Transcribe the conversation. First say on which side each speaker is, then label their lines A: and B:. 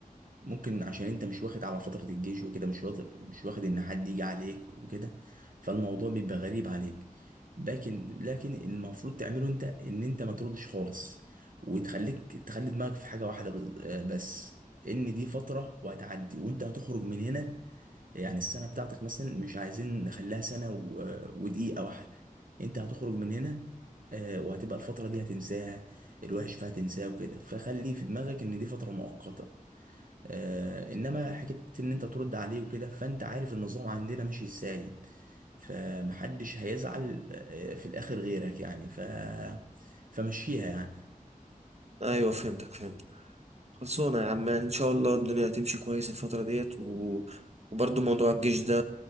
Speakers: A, on the right (about 70°); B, on the right (about 50°).
A: ممكن عشان انت مش واخد على فترة الجيش وكده مش واخد مش واخد ان حد يجي عليك وكده فالموضوع بيبقى غريب عليك لكن لكن المفروض تعمله انت ان انت ما تردش خالص وتخليك تخلي دماغك في حاجة واحدة بز- آه، بس ان دي فترة وهتعدي وانت هتخرج من هنا يعني السنة بتاعتك مثلا مش عايزين نخليها سنة و- آه، ودقيقة واحدة انت هتخرج من هنا آه، وهتبقى الفترة دي هتنساها الوحش فيها تنساه وكده فخلي في دماغك ان دي فترة مؤقتة آه انما حكايه ان انت ترد عليه وكده فانت عارف النظام عندنا ماشي ازاي فمحدش هيزعل آه، في الاخر غيرك يعني ف فمشيها يعني
B: ايوه فهمتك فهمت خلصانة يا عم يعني إن شاء الله الدنيا هتمشي كويس الفترة ديت و... وبرضه موضوع الجيش ده